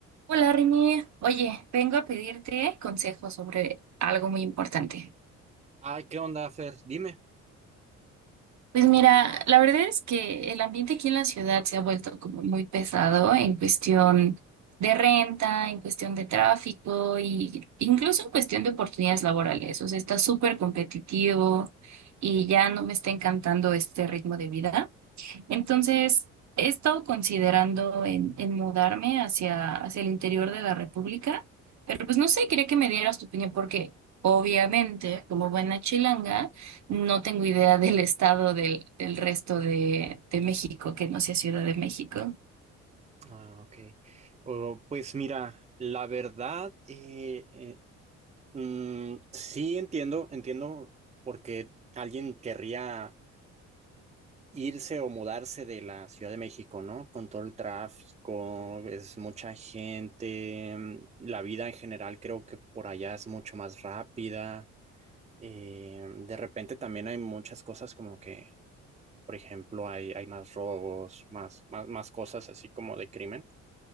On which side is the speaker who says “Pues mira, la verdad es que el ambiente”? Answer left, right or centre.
Right